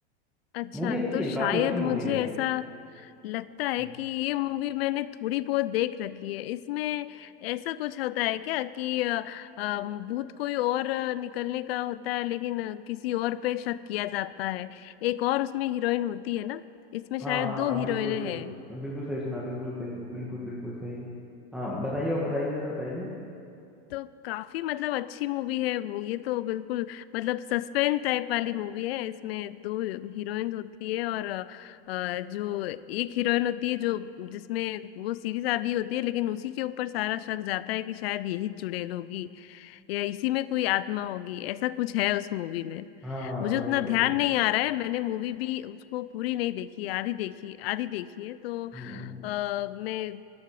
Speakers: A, on the left (about 65°); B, in the centre.
A: अच्छा
B: मूवी अच्छी
A: तो
B: है
A: शायद
B: काफी अच्छी
A: मुझे
B: मूवी है
A: ऐसा लगता है
B: हम्म।
A: कि ये मूवी मैंने थोड़ी बहुत देख रखी है इसमें ऐसा कुछ होता है क्या कि अ, अ, भूत कोई और अ, निकलने का होता है लेकिन अ, किसी और पे शक किया जाता है एक और उसमें हीरोइन होती है ना इसमें
B: हाँ
A: शायद
B: हाँ
A: दो
B: हाँ
A: हीरोइनें
B: बिल्कुल सही
A: हैं
B: बिल्कुल सही सुना बिल्कुल बिल्कुल बिल्कुल बिल्कुल सही हाँ बताइए और बताइए जरा बताइए
A: तो काफी मतलब अच्छी मूवी है ये तो बिल्कुल मतलब सस्पेंस टाइप वाली मूवी है इसमें दो हीरोइंस होती है और अ, अ, जो एक हीरोइन होती है जो जिसमें वो सीधी सादी होती है लेकिन उसी के ऊपर सारा शक जाता है कि शायद यही चुड़ैल होगी या इसी में कोई आत्मा होगी ऐसा कुछ है उस मूवी में
B: हाँ
A: मुझे
B: वही
A: उतना
B: वही
A: ध्यान
B: वही
A: नहीं आ रहा है मैंने मूवी भी उसको पूरी नहीं देखी आधी देखी आधी देखी है तो
B: हम्म
A: अ, मैं